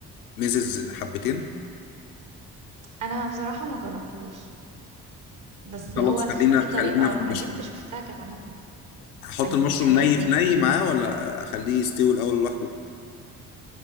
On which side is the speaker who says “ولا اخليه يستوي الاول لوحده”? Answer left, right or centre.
Left